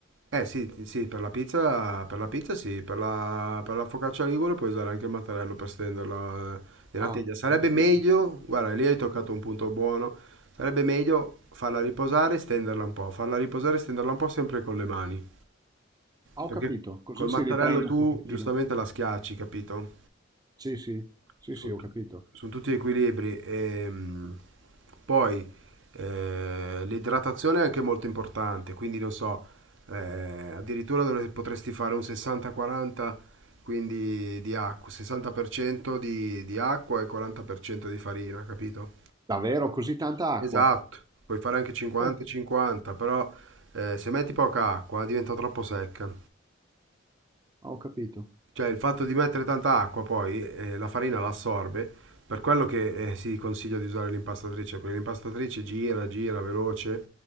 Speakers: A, on the right (about 75°); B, on the right (about 20°).
A: Eh sì, sì, per la pizza, per la pizza sì, per la, per la focaccia ligure puoi usare anche il mattarello per stenderla eh, nella
B: Ah,
A: teglia. Sarebbe
B: ho capito.
A: meglio, guarda, lì hai toccato un punto buono, sarebbe meglio farla riposare e stenderla un po', farla riposare e stenderla un po' sempre con le mani,
B: Ah, ho
A: perché
B: capito. Così
A: col mattarello
B: si riprende
A: tu
B: un pochettino.
A: giustamente la schiacci, capito?
B: Sì, sì. Sì,
A: Sono
B: sì, ho
A: tu-
B: capito.
A: sono tutti equilibri. ehm, poi eh, l'idratazione è anche molto importante, quindi non so, eh, addirittura dove potresti fare un 60-40, quindi di acqua, 60% di, di acqua e 40% di farina, capito?
B: Davvero così tanta acqua?
A: Esatto, puoi fare anche 50-50,
B: Eh,
A: però eh, se metti poca acqua eh, diventa troppo secca.
B: ho capito.
A: Cioè il fatto di mettere tanta acqua poi eh, la farina la assorbe, per quello che eh, si consiglia di usare l'impastatrice, perché l'impastatrice gira, gira veloce